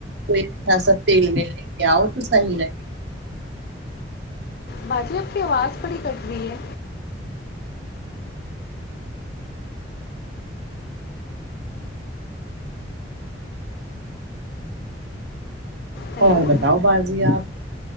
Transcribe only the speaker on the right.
کوئی ایسا تیل ویل لے کے آؤ تو صحیح رہ
اور بتاؤ باجی آپ